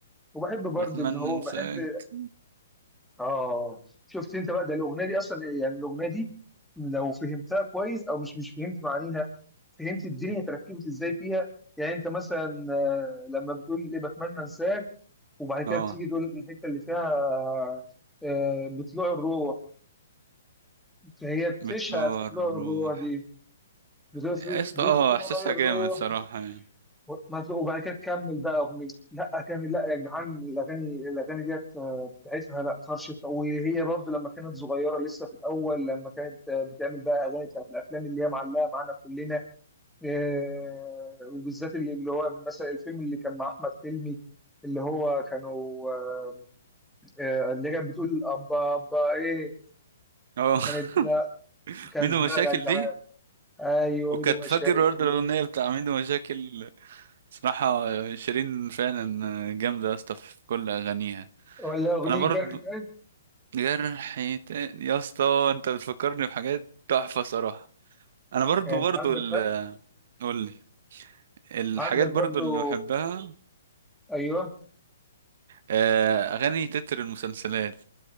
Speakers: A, in the centre; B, on the right (about 55°).
A: وبحب برضه
B: بتمنى
A: إن هو
B: انساك
A: بحب آه شفت أنت بقى ده الأغنية دي أصلا يعني الأغنية دي لو فهمتها كويس أو مش مش فهمت معانيها فهمت الدنيا تركبت إزاي فيها يعني أنت مثلا آه، لما بتقول إيه بتمنى أنساك وبعد كده
B: اه
A: بتيجي تقول لك من الحته اللي فيها آه، بطلوع الروح فهي بتشهق
B: بتلوع
A: في
B: الروح
A: طلوع الروح دي بتقول
B: يا
A: في-
B: اسطى
A: بطلوع
B: اه احساسها
A: الروح
B: جامد صراحة يعني
A: و- ما تلاقوا- وبعد كده تكمل بقى اغنيه لا اغاني لا يا جدعان الاغاني الاغاني ديت آه، بتاعتها لا طرشت وهي برضو لما كانت صغيره لسه في الاول لما كانت آه، بتعمل بقى اغاني بتاعت الافلام اللي هي معلقه معانا كلنا آه، وبالذات اللي اللي هو مثلا الفيلم اللي كان مع احمد حلمي اللي هو كانوا آه، آه، اللي كانت بتقول أبا أبا إيه
B: اه
A: كانت لا
B: <laughs>
A: كانت
B: ميدو
A: لا
B: مشاكل
A: يا جدعان
B: دي
A: أيوه
B: وكنت
A: ميدو مشاكل
B: فاكر برضه الاغنية بتاع ميدو مشاكل صراحة شيرين فعلا جامدة يا اسطى في كل اغانيها
A: ولا أغنية
B: انا برضه
A: جرح تاني
B: جرح تاني يا اسطى انت بتفكرني بحاجات تحفة صراحة انا برضو
A: يعني أنت
B: برضو
A: عندك
B: ال
A: لا
B: قولي الحاجات
A: عندك برضو
B: برضو اللي بحبها
A: أيوه
B: آه، اغاني تتر المسلسلات